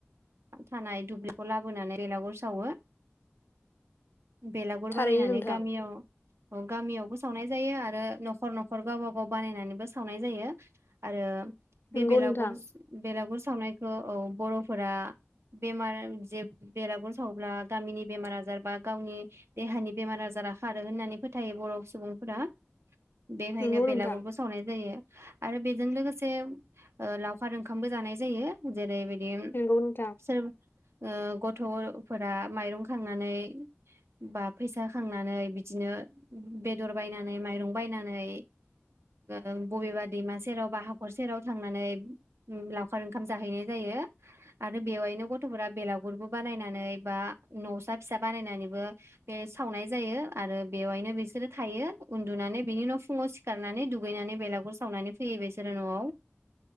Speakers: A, on the right; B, on the left.
A: थानाय दुब्लिखौ लाबोनानै बेलागुर सावो। बेलागुर
B: थारैनो
A: बानायनानै
B: नोंथां
A: गामियाव औ गामियावबो सावनाय जायो आरो न'खर न'खर गावबा गाव बानायनानैबो सावनाय जायो आरो बे
B: नंगौ
A: बेलागुर
B: नोंथां
A: स बेलागुर सावनाय ओ औ बर'फोरा बेमार जे बेरागुर साव्ला गामिनि बेमार आजार बा गावनि देहानि बेमार आजारा खारो होननानै फोथायो बर' सुबुंफोरा। बेखायनो
B: नंगौ
A: बेलागुरबो
B: नोंथां
A: सावनाय जायो। आरो बेजों लोगोसे ओ लावखार ओंखामबो जानाय जायो जेरै
B: <unintelligible>
A: <unintelligible> थ फोरा माइरं खांनानै बा फैसा खांनानै बिदिनो बेदर बायनानै माइरं बायनानै ओ बबेबा दैमा सेराव बा हाखर सेराव थांनानै लावखार ओंखाम जाहैनाय जायो। आरो बेवहायनो गथ'फोरा बेलागुरबो बानायनानै बा न'सा फिसा बानायनानैबो बे सावनाय जायो आरो बेवहायनो बिसोरो थायो उन्दुनानै बिनि न' फुङाव सिखारनानै दुगैनानै बेलागुर सावनानै फैयो बेसोरो न'आव।